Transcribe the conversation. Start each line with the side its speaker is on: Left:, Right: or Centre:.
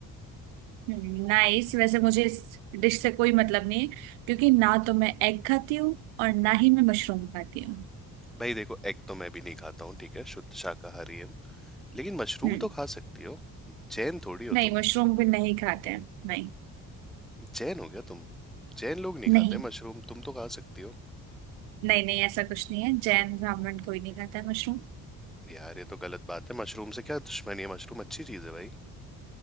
Right: नाइस वैसे मुझे इस डिश से कोई मतलब नहीं है क्योंकि ना तो मैं एग खाती हूँ और ना ही मैं मशरूम खाती हूँ
Centre: भाई देखो एग तो मैं भी नहीं खाता हूँ ठीक है शुद्ध शाकाहारी हूँ लेकिन मशरूम
Right: हम्म
Centre: तो खा सकती हो जैन थोड़ी हो
Right: नहीं
Centre: तुम
Right: मशरूम भी नहीं खाते हैं नहीं
Centre: जैन हो गया तुम जैन लोग नहीं
Right: नहीं
Centre: खाते मशरूम तुम तो खा सकती हो
Right: नहीं नहीं ऐसा कुछ नहीं है जैन ब्राह्मण कोई नहीं खाता है मशरूम
Centre: यार ये तो गलत बात है मशरूम से क्या दुश्मनी है मशरूम अच्छी चीज है भाई